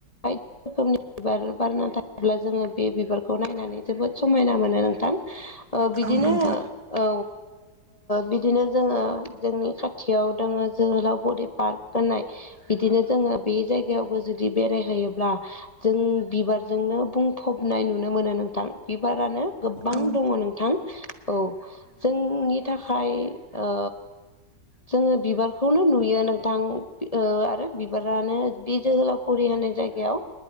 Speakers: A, on the left (about 25°); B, on the right (about 65°).
A: बायदि रोखोमनि बिबार बारना थायोब्ला जोङो बे बिबारखौ नायनानै जोबोद समायना मोनो नोंथां बिदिनो
B: औ नोंथां
A: औ बिदिनो जोङो जोंनि खाथियाव दङो जोहोलाव फुरि पार्क होननाय बिदिनो जोङो बे जायगायावबो जुदि बेरायहैयोब्ला जों बिबारजोंनो बुं फबनाय नुनो मोनो नोंथां बिबारानो गोबां
B: औ नोंथां औ
A: दङ नोंथां औ जोंनि नि थाखाय ओ जोङो बिबारखौनो नुयो नोंथां ओ आरो बिबारानो बि जोहोलावफुरि होननाय जायगायाव